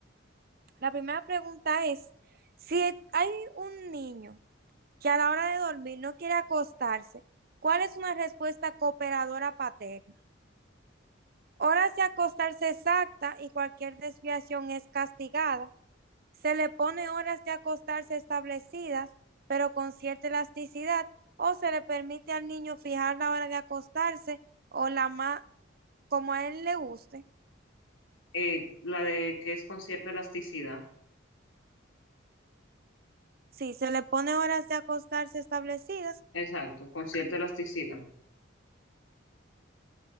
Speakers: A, on the right (about 50°); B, on the left (about 85°).
A: la primera pregunta es, si hay un niño que a la hora de dormir no quiere acostarse, ¿cuál es una respuesta cooperadora paterna? Horas de acostarse exacta y cualquier desviación es castigada. Se le pone horas de acostarse establecidas, pero con cierta elasticidad, o se le permite al niño fijar la hora de acostarse o la más como a él le guste.
B: Eh, la de qué es con cierta elasticidad.
A: Sí, se le pone horas de acostarse establecidas.
B: Exacto, con cierta elasticidad.